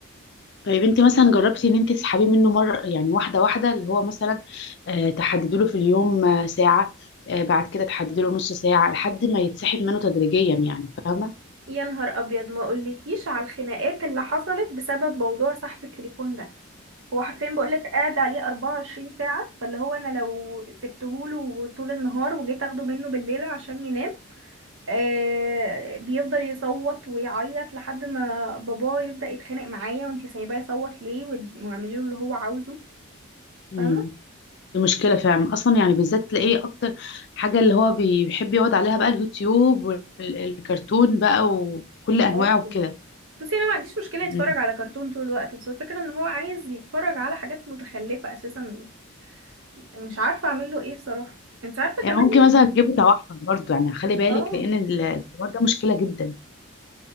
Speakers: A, on the left; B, on the right.
A: طيب انت مثلا جربتي ان انت تسحبيه منه مره يعني واحده واحده اللي هو مثلا آه، تحددي له في اليوم آه، ساعه آه، بعد كده تحددي له نص ساعه لحد ما يتسحب منه تدريجيا يعني فاهمه
B: يا نهار ابيض ما اقولكيش على الخناقات اللي حصلت بسبب موضوع صاحب التليفون ده هو حرفيا بقولك قاعد عليه 24 ساعة فاللي هو انا لو سبتهوله طول النهار وجيت اخده منه بالليل عشان ينام آه بيفضل يصوت ويعيط لحد ما باباه يبدأ يتخانق معايا وانتي سايباه يصوت ليه ود- واعملي له اللي هو عاوزه
A: امم
B: فاهمة
A: دي مشكلة فعلا أصلا يعني بالذات تلاقيه أكتر حاجة اللي هو بي- بيحب يقعد عليها بقى اليوتيوب والكرتون بقى وكل أنواعه
B: اه
A: وكده
B: بصي انا ما عنديش مشكلة
A: م.
B: يتفرج على كرتون طول الوقت بس الفكرة ان هو عايز يتفرج على حاجات متخلفة اساسا مش عارفة اعمل له ايه بصراحة انت عارفة
A: يعني
B: كمان
A: ممكن مثلا تجيب توحد برضه يعني خلي بالك
B: اه
A: لأن ال- الحوار ده مشكلة جدا